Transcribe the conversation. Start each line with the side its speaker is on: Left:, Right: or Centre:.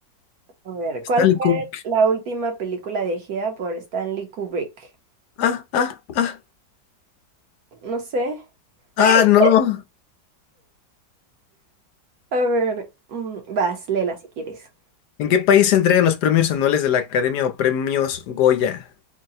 Right: A ver,
Left: Stanley
Right: ¿cuál fue
Left: Kubrick.
Right: la última película dirigida por Stanley Kubrick?
Left: Ah, ah, ah,
Right: No sé.
Left: ah,
Right: <laughs>
Left: no.
Right: A ver, mm, vas, léela si quieres.
Left: ¿En qué país se entregan los premios anuales de la Academia o premios Goya?